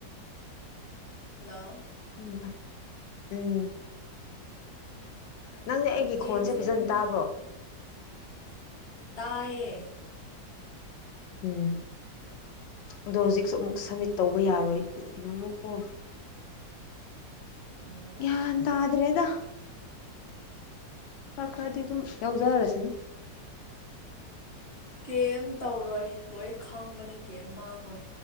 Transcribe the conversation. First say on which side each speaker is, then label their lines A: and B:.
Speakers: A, on the left; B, on the left.
A: ꯍꯜꯂꯣ
B: ꯈꯪꯗꯦꯗ ꯎꯝ ꯅꯪꯅꯦ ꯑꯩꯒꯤ
A: ꯌꯦꯡꯁꯦ
B: ꯈꯣꯟꯁꯦ ꯐꯖꯅ
A: ꯅꯪ
B: ꯇꯥꯕ꯭ꯔꯣ
A: ꯇꯥꯏꯌꯦ
B: ꯎꯝ ꯑꯗꯣ ꯍꯧꯖꯤꯛꯁꯨ ꯑꯃꯨꯛ ꯁꯃꯤꯠ ꯇꯧꯕ ꯌꯥꯔꯣꯏ ꯑꯃꯨꯛ ꯀꯣ
A: ꯎꯝ
B: ꯒ꯭ꯌꯥꯟ ꯇꯗꯔꯦꯗ ꯈꯔ ꯈꯔꯗꯤ ꯑꯗꯨꯝ ꯌꯥꯎꯖꯔꯁꯤꯅꯨ
A: ꯀꯩꯝ ꯇꯧꯔꯣꯏ ꯂꯣꯏ ꯈꯪꯕꯅꯦ ꯀꯩꯝ ꯃꯥꯡꯉꯣꯏ